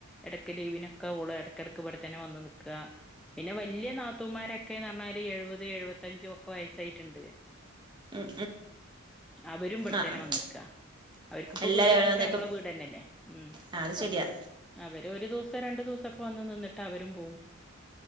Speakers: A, in the centre; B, on the right.
A: എടക്ക് ലീവിനൊക്കെ ഓള് എടകെടക്ക് വടെ തന്നെ വന്ന് നിക്ക ക്ക പിന്നെ വലിയ നാത്തൂമാരൊക്കെന്ന് പറഞ്ഞാല് എഴുപത് എഴുപത്തഞ്ചും ഒക്കെ വയസ്സായിട്ട്ണ്ട്
B: ഉം
A: അവരും ഇവിടെത്തന്നെ
B: ആഹ് ആഹ്
A: വന്ന്ക്കാ അവർക്കിപ്പോ
B: എല്ലാരും
A: വീട്
B: അവിടെ വന്നേക്കും
A: മ്മളെ വീട് തന്നെല്ലേ ഉ
B: ആഹ് അത് ശരിയാ
A: അവര് ഒരു ദിവസം രണ്ടു ദിവസൊക്കെ വന്ന് നിന്നിട്ട് അവരും പോവും